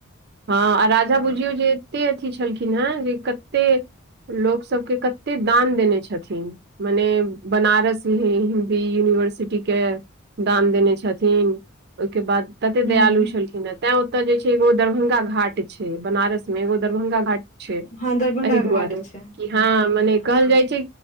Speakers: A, on the right (about 50°); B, on the left (about 35°).
A: हँ आ राजा
B: हँ
A: बुझियौ जे कते अथी छलखिन हे जे कते लोक सबके कते दान देने छथिन। मने बनारस ह हिन्दी यूनिवर्सिटी के दान देने छथिन ओहिके बाद एते
B: हुं
A: दयालु छलखिन हे तैं ओतय जे छै एगो दरभंगा घाट छै बनारस मे एगो दरभंगा घाट छै
B: हँ दरभंगा
A: एहि
B: घाट
A: दुआरे
B: छै
A: कि हँ मने
B: हँ
A: कहल जाइ छै।